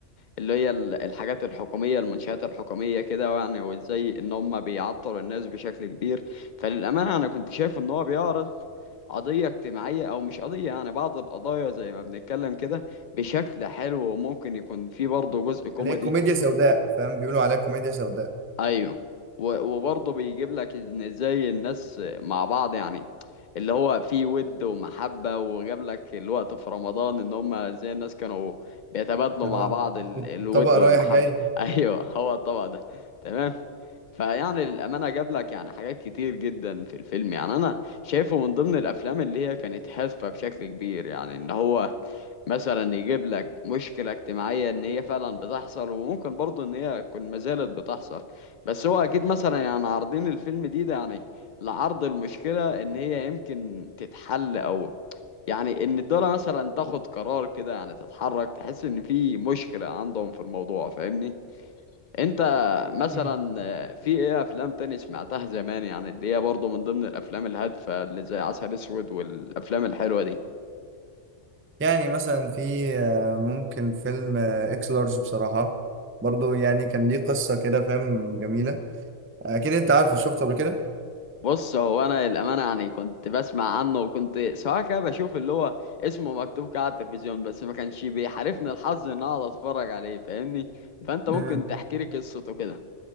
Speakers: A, on the left (about 60°); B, on the right (about 20°).
A: اللي هي ال- الحاجات الحكومية المنشآت الحكومية كده يعني وازاي ان هم بيعطلوا الناس بشكل كبير فللأمانة انا كنت شايف ان هو بيعرض قضية اجتماعية او مش قضية يعني بعض القضايا زي ما بنتكلم كده بشكل حلو وممكن يكون فيه برضه جزء كوميدي
B: اللي هي كوميديا سوداء فاهم بيقولوا عليها كوميديا سوداء
A: ايوه و- وبرضه بيجيب لك ان ازاي الناس مع بعض يعني اللي هو في ود ومحبة وجاب لك الوقت في رمضان ان هم ازاي الناس كانوا بيتبادلوا
B: اه
A: مع بعض ال- الود
B: طبق
A: والمحبة
B: رايح جاي
A: <laughs> ايوه هو الطبق ده تمام فيعني للأمانة جاب لك يعني حاجات كتير جدا في الفيلم يعني أنا شايفه من ضمن الأفلام اللي هي كانت هادفة بشكل كبير يعني إن هو مثلا يجيب لك مشكلة اجتماعية إن هي فعلا بتحصل وممكن برضه إن هي تكون ما زالت بتحصل بس هو أكيد مثلا يعني عارضين الفيلم دي ده يعني لعرض المشكلة إن هي يمكن تتحل أو يعني إن الدولة مثلا تاخد قرار كده يعني تتحرك تحس إن في مشكلة عندهم في الموضوع فاهمني؟ انت مثلا
B: مم.
A: آه، في ايه افلام تاني سمعتها زمان يعني اللي هي برضه من ضمن الافلام الهادفه اللي زي عسل اسود والافلام الحلوه دي
B: يعني مثلا في آه، ممكن فيلم آه، اكس لارج بصراحة برضو يعني كان ليه قصة كده فاهم جميلة اكيد انت عارفه شفته قبل كده
A: بص هو انا الامانه يعني كنت بسمع عنه وكنت سواء كده بشوف اللي هو اسمه مكتوب كده على التلفزيون بس ما كانش بيحالفني الحظ ان اقعد اتفرج عليه فاهمني فانت
B: مم.
A: ممكن تحكي لي قصته كده